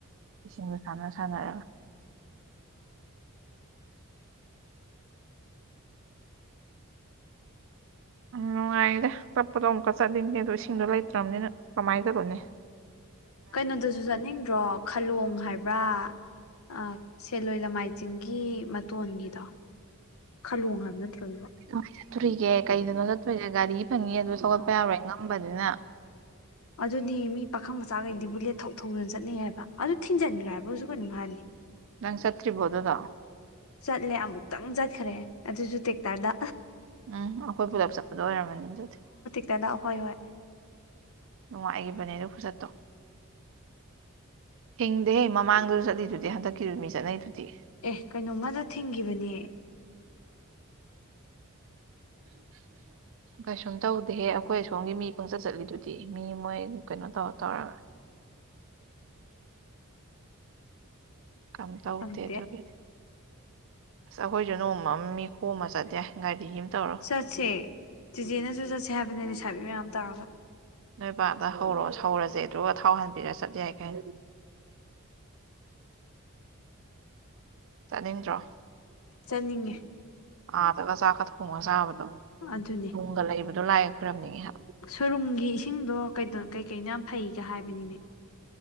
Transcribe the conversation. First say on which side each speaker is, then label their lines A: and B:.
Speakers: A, on the right; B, on the left.
A: ꯏꯁꯤꯡꯗꯨ ꯁꯥꯟꯅ ꯁꯥꯟꯅꯔꯒ <inaudible> <unintelligible> ꯅꯨꯡꯉꯥꯏꯗ ꯆꯠꯄꯗꯣ ꯑꯃꯨꯛꯀ ꯆꯠꯅꯤꯡꯉꯦ ꯑꯗꯣ ꯏꯁꯤꯡꯗꯣ ꯂꯩꯇ꯭ꯔꯕꯅꯤꯅ ꯀꯃꯥꯏꯅ ꯇꯧꯔꯣꯅꯦ
B: ꯀꯩꯅꯣꯗꯨꯁꯨ ꯆꯠꯅꯤꯡꯗ꯭ꯔꯣ ꯈꯥꯂꯣꯡ ꯍꯥꯏꯕ꯭ꯔꯥ ꯑꯥ ꯁꯦꯜꯂꯣꯏ ꯂꯃꯥꯏ ꯆꯤꯡꯒꯤ ꯃꯇꯣꯟꯒꯤꯗꯣ ꯈꯂꯣꯡꯕ ꯅꯠꯇꯔꯣ ꯑꯗꯨꯕꯣ
A: ꯀꯃꯥꯏꯅ ꯆꯠꯇꯣꯔꯤꯒꯦ ꯀꯩꯗꯅꯣ ꯆꯠꯇꯣꯔꯤꯁꯦ ꯒꯥꯔꯤ ꯐꯪꯉꯤ ꯑꯗꯨ ꯊꯧꯒꯠꯄ ꯌꯥꯔꯣꯏ ꯉꯝꯕꯅꯤꯅ
B: ꯑꯗꯨꯗꯤ ꯃꯤ ꯄꯥꯈꯪ ꯃꯆꯥꯈꯩꯗꯤ ꯕꯨꯂꯦꯠ ꯊꯧ ꯊꯧꯗꯨꯅ ꯆꯠꯅꯩ ꯍꯥꯏꯕ ꯑꯗꯨ ꯊꯤꯟꯖꯤꯟꯈ꯭ꯔꯦ ꯍꯥꯏꯕꯁꯨ ꯀꯩꯅꯣꯝ ꯍꯥꯏꯕꯅꯦ
A: ꯅꯪ ꯆꯠꯇꯔꯤꯕꯣ ꯑꯗꯨꯗꯣ
B: ꯆꯠꯂꯦ ꯑꯃꯨꯛꯇꯪ ꯆꯠꯈ꯭ꯔꯦ ꯑꯗꯨꯁꯨ ꯇꯦꯛꯇꯔꯗ
A: ꯎꯝ ꯑꯩꯈꯣꯏ ꯄꯨꯂꯞ ꯆꯠꯄꯗꯣ ꯑꯣꯏꯔꯝꯃꯅꯤ ꯑꯗꯨ
B: ꯇꯅ ꯍꯣꯏ ꯍꯣꯏ
A: ꯅꯨꯡꯉꯥꯏꯈꯤꯕꯅꯦ ꯑꯗꯨ ꯈꯨꯖꯠꯇꯣ ꯊꯤꯡꯗꯦꯍꯦ ꯃꯃꯥꯡꯗꯨꯁꯨ ꯆꯠꯂꯤꯗꯨꯗꯤ ꯍꯟꯗꯛꯀꯤꯁꯨ ꯃꯤ ꯆꯠꯅꯩꯗꯨꯗꯤ
B: ꯑꯦ ꯀꯩꯅꯣ ꯃꯥꯁꯨ ꯊꯤꯡꯈꯤꯕꯅꯦ
A: <unintelligible> ꯀꯩꯁꯨꯝ ꯇꯧꯗꯦꯍꯦ ꯑꯩꯈꯣꯏ ꯑ ꯁꯣꯝꯒꯤ ꯃꯤ ꯄꯪꯆꯠ ꯆꯠꯂꯤꯗꯨꯗꯤ ꯃꯤ ꯃꯣꯏ ꯀꯩꯅꯣ ꯇꯧꯔ ꯇꯧꯔꯒ ꯀꯦꯝ ꯇꯧꯇꯦ
B: ꯈꯪꯗꯦ
A: ꯑꯗꯨꯒꯤꯗꯤ ꯑꯁ ꯑꯩꯈꯣꯏꯁꯨ ꯅꯣꯡꯃ ꯃꯤ ꯈꯣꯝꯃ ꯆꯠ ꯌꯥꯢ ꯒꯥꯔꯤ ꯇꯧꯔꯣ
B: ꯆꯠꯁꯦ ꯆꯤꯆꯦꯅꯁꯨ ꯆꯠꯁꯦ ꯍꯥꯏꯕꯅꯦ ꯁꯥꯕꯤ ꯃꯌꯥꯝ ꯇꯧꯔꯒ
A: ꯅꯣꯏꯕꯥꯗ ꯍꯧꯔꯣ ꯍꯧꯔꯁꯦ ꯑꯗꯨꯒ ꯊꯥꯎ ꯍꯟꯕꯤꯔ ꯆꯠ ꯌꯥꯏ ꯀꯩꯅꯣ ꯆꯠꯅꯤꯡꯗ꯭ꯔꯣ
B: ꯆꯠꯅꯤꯡꯉꯦ
A: ꯑꯥꯗꯒ ꯆꯥꯛꯀ ꯊꯣꯡꯉꯒ ꯆꯥꯕꯗꯣ
B: ꯑꯗꯨꯅꯦ
A: ꯒ ꯂꯩꯕꯗꯣ ꯂꯥꯢꯒ ꯈꯣꯏꯔꯝꯅꯤꯡꯉꯦ ꯍꯥꯏ
B: ꯁꯣꯔꯨꯝꯒꯤ ꯏꯁꯤꯡꯗꯣ ꯀꯩꯀꯩꯅ ꯌꯥꯝ ꯐꯩꯒ ꯍꯥꯏꯕꯅꯤꯅꯦ